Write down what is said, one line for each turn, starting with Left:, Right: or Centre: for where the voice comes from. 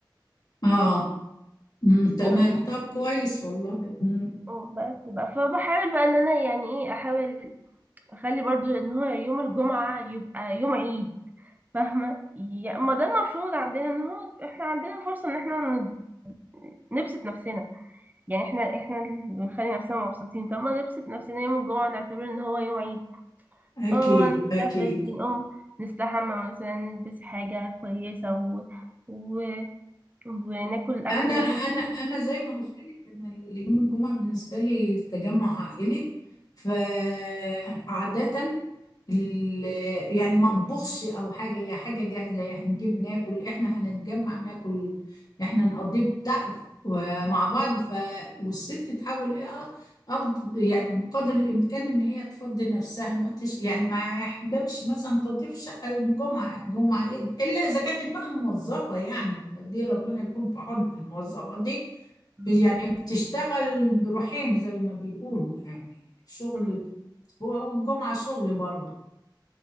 Left: اه أمم، تمام
Right: أه،
Left: طب كويس والله أمم،
Right: أه، بس بقى فبحاول بقى ان انا يعني ايه احاول اخلي برضو ان هو يوم الجمعة يبقى يوم عيد فاهمة يعني ما ده المفروض عندنا ان هو احنا عندنا فرصة ان احنا ن- نبسط نفسنا يعني احنا احنا اللي بنخلي نفسنا مبسوطين طب ما نبسط نفسنا يوم الجمعة ونعتبر ان هو يوم عيد
Left: اكيد
Right: اه نستفرش
Left: اكيد
Right: بنقوم نستحمى مثلا نلبس حاجة كويسة و... و... وناكل أكل
Left: انا انا
Right: كويس
Left: انا زي ما قلت لك ان يوم الجمعه بالنسبه لي تجمع عائلي فعاده ال- يعني ما اطبخش او حاجه هي حاجه جاهزه يعني هنجيب ناكل احنا هنتجمع ناكل احنا نقضي بتاع مع بعض ف والست تحاول ايه أقد... يعني بقدر الإمكان إن هي تفضي نفسها ما تش... يعني ما يحبكش مثلا تنظيف شقة يوم جمعة جمعة إيه؟ إلا إذا كانت بقى موظفة يعني دي ربنا يكون في عونها الموظفة دي
Right: مم.
Left: يعني بتشتغل بروحين زي ما بيقولوا يعني شغل
Right: مم.
Left: أسبوع والجمعة شغل برضه